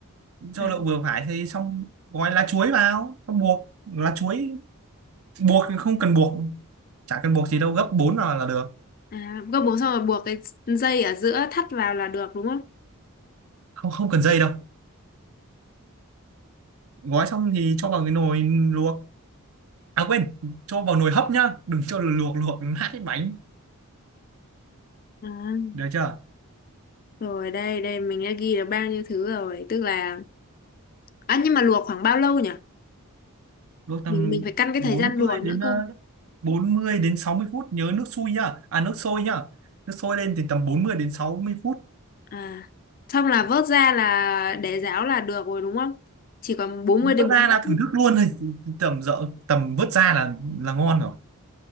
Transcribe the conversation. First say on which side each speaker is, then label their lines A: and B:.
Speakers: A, on the right; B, on the left.
A: cho
B: à,
A: đậu vừa phải thì xong gói lá chuối vào xong buộc lá chuối buộc thì không cần buộc chả cần buộc gì đâu gấp 4 vào là được
B: à gấp bột xong rồi buộc cái dây ở giữa thắt vào là được đúng không
A: không không cần dây đâu gói xong thì cho vào cái nồi luộc à quên cho vào nồi hấp nhá đừng cho luộc luộc nát cái bánh
B: à,
A: được chưa
B: rồi đây đây mình đã ghi được bao nhiêu thứ rồi tức là à nhưng mà luộc khoảng bao lâu nhỉ
A: luộc tầm
B: mình mình phải căn cái
A: bốn
B: thời gian luộc
A: mươi đến
B: nữa
A: ờ,
B: cơ
A: 40 đến 60 phút nhớ nước sôi nhá à nước sôi nhá nước sôi lên thì tầm bốn mươi đến sáu mươi phút
B: à xong là vớt ra là để ráo là được rồi đúng không chỉ còn 40
A: vớt
B: đến bốn
A: ra
B: mươi
A: là
B: phút.
A: thưởng thức luôn <laughs> thôi tầm dở tầm vớt ra là là ngon rồi